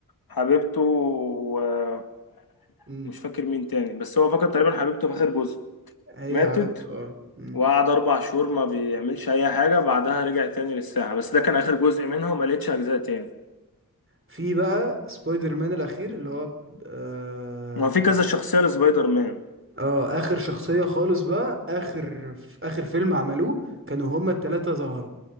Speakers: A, on the left; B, on the right.
A: حبيبته ومش
B: مم.
A: فاكر مين تاني بس هو فقد تقريبا حبيبته في اخر جزء
B: هي
A: ماتت
B: حبيبته اه مم.
A: وقعد أربع شهور ما بيعملش أي حاجة بعدها رجع تاني للساحة بس ده كان آخر جزء منها وما لقيتش أجزاء تاني
B: في بقى سبايدر مان الأخير اللي هو اه
A: ما في كذا شخصية لسبايدر مان
B: آه، آخر شخصية خالص بقى آخر في آخر فيلم عملوه كانوا هما التلاتة ظهروا